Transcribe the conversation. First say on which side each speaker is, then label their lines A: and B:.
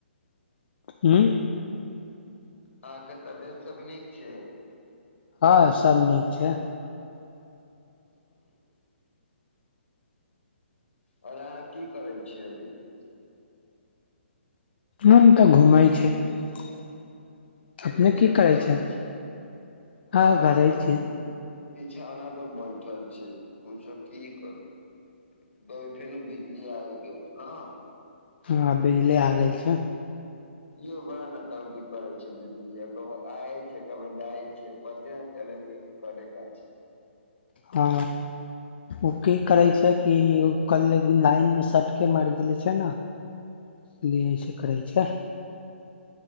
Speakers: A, on the left (about 55°); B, on the left (about 75°).
A: हँ। <unintelligible>
B: अहाँके तबियत सब नीक छै। <unintelligible>
A: हँ सब नीक छै। <unintelligible>
B: हं। <unintelligible> आओर अहाँ की करै छीियै अभी। <unintelligible>
A: नाम तऽ घुमय छै। <unintelligible>
B: केने
A: अपने
B: छी
A: की
B: अभी
A: करे
B: घरे
A: छै
B: छी <unintelligible>
A: हाँ
B: हम
A: घरे
B: तऽ अभी।
A: छी
B: बिछौना पे बैठल छी पूछो की करोभी फेन बिजली आब गेल ने। <unintelligible>
A: हँ बिजली आ गेल छै। <unintelligible>
B: इहो बड़ा नटंकी करै छै बिजली आ क आय छै कभो जाइ छै पते नहि चलै छै करे क छै। <unintelligible>
A: ह ओ की करै छै कि कल लाइन मे सटके मारि गेले छै ने इसलिए ऐसे करै छै। <unintelligible>